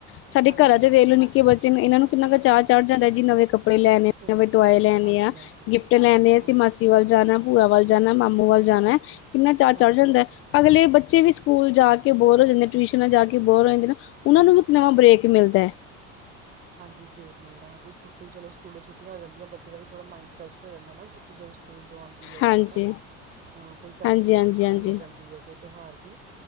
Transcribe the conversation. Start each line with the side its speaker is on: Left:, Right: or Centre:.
Left: ਸਾਡੇ
Right: ਹਾਂਜੀ
Left: ਘਰਾਂ ਚ ਰਹਿਲੋ ਨਿੱਕੇ ਬੱਚੇ ਇਹਨਾਂ ਨੂੰ ਕਿੰਨਾ ਕੁ ਚੜ ਜਾਂਦਾ ਨਵੇਂ ਕੱਪੜੇ ਲੈਣੇ
Right: ਕਿੰਨਾ
Left: ਆ ਤੇ ਟੋਏ
Right: ਚਾਚਾ
Left: ਲੈਣੇ
Right: ਹਾਂਜੀ
Left: ਆ
Right: ਹਾਂਜੀ
Left: ਗਿਫਟ ਲੈਣੇ ਆ ਅਸੀਂ
Right: ਹਾਂਜੀ
Left: ਮਾਸੀ ਵੱਲ ਜਾਣਾ ਭੂਆ ਵੱਲ ਜਾਣਾ, ਮਾਮੂ ਵੱਲ ਜਾਣਾ ਕਿੰਨਾ ਚਾਰ ਚੜ੍ਹ
Right: ਹਾਂਜੀ
Left: ਜਾਂਦਾ।
Right: ਹਾਂਜੀ
Left: ਅਗਲੇ ਬੱਚੇ ਵੀ ਸਕੂਲ ਜਾ ਕੇ ਬੋਰ ਹੋ ਜਾਂਦੇ ਟਿਊਸ਼ਨਾਂ ਜਾ ਕੇ। ਬੋਰ ਹੋ ਜਾਂਦੇ ਨਾ ਉਹਨਾਂ ਨੂੰ ਵੀ ਇੱਕ ਨਵਾਂ ਬ੍ਰੇਕ
Right: ਹਾਂਜੀ ਹਾਂਜੀ
Left: ਮਿਲਦਾ ਐ।
Right: ਹਾਂਜੀ ਬ੍ਰੇਕ ਮਿਲਦਾ ਹਾਂਜੀ ਛੱਟੀ ਚਲੋ ਸਕੂਲੋਂ ਛੁਟੀਆਂ ਆ ਜਾਂਦੀ ਬੱਚੇ ਦਾ ਵੀ ਥੋੜਾ ਮਾਇੰਡ ਫਰੈਸ਼ ਹੋ ਜਾਂਦਾ ਨਾ ਛੁੱਟੀ ਜਦ ਸਕੂਲ ਜੋ ਆਂਦੀ ਐ
Left: ਹਾਂਜੀ
Right: ਕਿੱਦਾਂ ਅ ਕੋਈ ਫੈਸਟੀਵਲ
Left: ਹਾਂਜੀ ਹਾਂਜੀ
Right: ਦੀ ਛੁੱਟੀ
Left: ਹਾਂਜੀ
Right: ਹੋ ਜਾਂਦੀ ਐ ਕੋਈ ਤਿਉਹਾਰ ਦੀ।